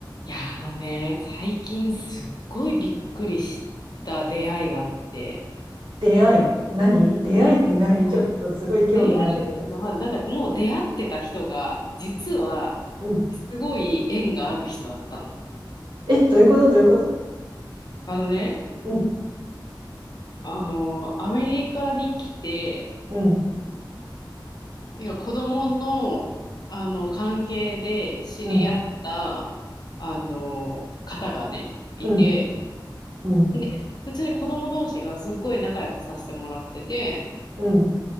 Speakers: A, on the left; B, on the right.
A: いや、あのね、最近すっごいびっくりした出会いがあって、
B: 出会い何出会いって何ちょっとすごい興味があるんだけど。
A: うん。出会いっていうか、まあ、なんかもう出会ってた人が、実は、
B: うん。
A: すごい縁がある人だったの。
B: え、どういうことどういうこと
A: あのね、
B: うん、
A: あの、アメリカに来て、
B: うん、
A: いや、子供の、あの、関係で知り合った、
B: うん、
A: あの、方がね、いて、
B: うん、うん、
A: で、普通に子供同士がすっごい仲良くさせてもらってて、
B: うん、